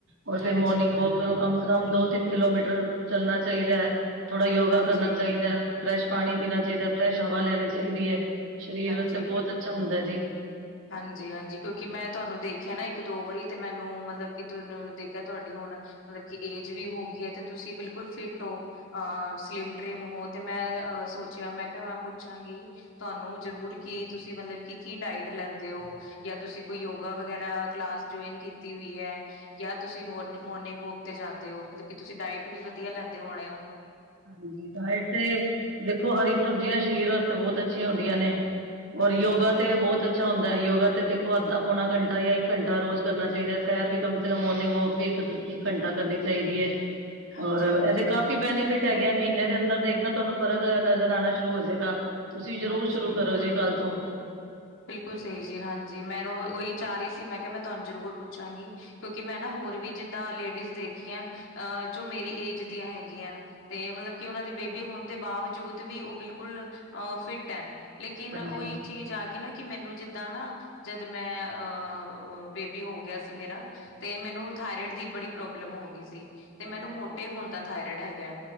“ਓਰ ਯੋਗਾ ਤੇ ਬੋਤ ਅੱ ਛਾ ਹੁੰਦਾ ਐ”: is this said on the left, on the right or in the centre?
Right